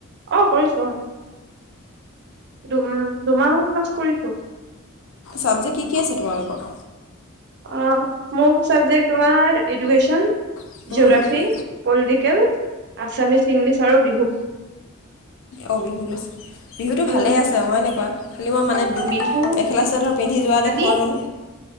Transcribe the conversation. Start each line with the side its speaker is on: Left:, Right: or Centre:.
Right: অ কৰিছো দুম দুমাহ মান ক্লাছ কৰিছো
Left: ছাবজেক্ট কি কি আছে তোমালোকৰ
Right: অ মোৰ চাবজেক্ট তোমাৰ এডুকেশ্যন
Left: তোমালোকৰ
Right: জিঅ'গ্ৰাফী পলিটিকেল আছামিছ ইংলিছ আৰু বিহু
Left: অঁ বিহু লৈছ বিহুতটো
Right: উম
Left: ভালেই আছে হয়নে বাও খালী মই মানে
Right: বিহু
Left: মেখেলা চাদৰ পিন্ধি যোৱা
Right: মানে
Left: দেখোঁ আৰু